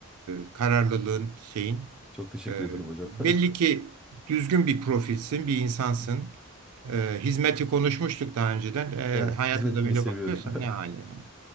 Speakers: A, on the right; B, in the centre.
A: e, kararlılığın şeyin
B: Çok teşekkür
A: Ee,
B: ederim hocam.
A: belli ki düzgün bir profilsin, bir insansın.
B: <laughs>
A: Ee, hizmeti konuşmuştuk daha önceden. Ee,
B: Evet,
A: hayata
B: hizmet etmeyi
A: da böyle
B: seviyorum.
A: bakıyorsan ne hali yani.